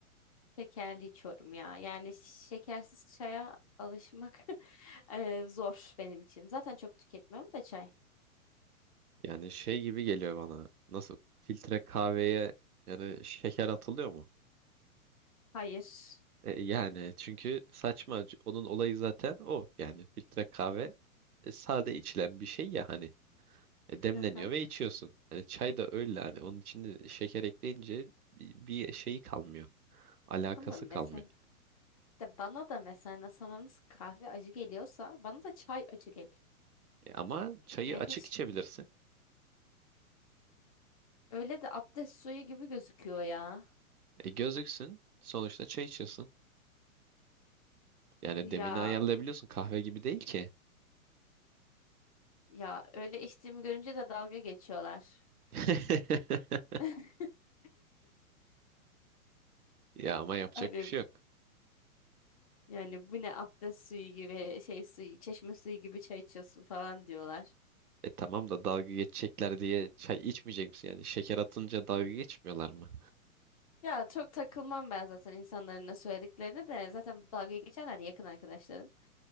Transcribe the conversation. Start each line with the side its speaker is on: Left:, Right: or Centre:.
Left: Şekerli içiyorum ya. Yani şekersiz çaya alışmak <laughs> e, zor benim için. Zaten çok tüketmiyorum da çay.
Right: Yani şey gibi geliyor bana. Nasıl filtre kahveye yani şeker atılıyor mu?
Left: Hayır.
Right: E, yani çünkü saçma. Onun olayı zaten o. Yani filtre kahve e, sade içilen bir şey ya hani. E, demleniyor
Left: Hı hı.
Right: ve içiyorsun. Hani çay da öyle hani onun içinde şeker ekleyince bir, bir şeyi kalmıyor. Alakası
Left: Ama mesela
Right: kalmıyor.
Left: işte bana da mesela sana nasıl kahve acı geliyorsa bana da çay acı geliyor.
Right: E, ama çayı
Left: Ya
Right: açık
Left: hiç
Right: içebilirsin.
Left: öyle de abdest suyu gibi gözüküyor ya.
Right: E, gözüksün. Sonuçta çay içiyorsun. Yani
Left: Ya
Right: demini ayarlayabiliyorsun. Kahve gibi değil ki.
Left: Ya öyle içtiğimi görünce de dalga geçiyorlar.
Right: <laughs>
Left: <laughs>
Right: Ya ama yapacak
Left: Hani
Right: bir şey yok.
Left: yani bu ne abdest suyu gibi şey suyu çeşme suyu gibi çay içiyorsun falan diyorlar.
Right: E tamam da dalga geçecekler diye çay içmeyecek misin? Yani şeker atınca dalga geçmiyorlar mı?
Left: Ya çok takılmam ben zaten insanların ne söylediklerine de zaten bu dalga geçenler de yakın arkadaşlarım.